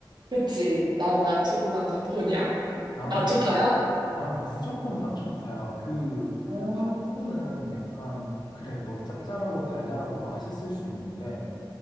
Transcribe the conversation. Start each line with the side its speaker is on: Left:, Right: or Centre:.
Right: 그치. 난 나초보단 팝콘이야.
Left: 나는,
Right: 나초파야?
Left: 난 무조건 나초파야. 그,
Right: 아.
Left: 팝콘은 약간, 그래, 너 짭짤하고 달달하고 맛있을 수 있는데,